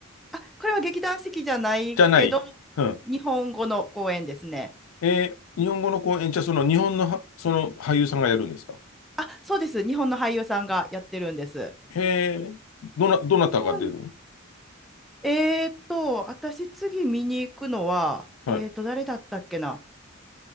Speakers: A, in the centre; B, on the left.
A: あ、これは劇団四季じゃないけど、
B: じゃない。うん。
A: 日本語の公演ですね。
B: えー日本語の公演、じゃあその日本のは、その俳優さんがやるんですか
A: あ、そうです。日本の俳優さんがやってるんです。
B: へえ、どな、どなたが出るの
A: 日本、えーっと、私次見に行くのは、
B: はい。
A: えーっと、誰だったっけな。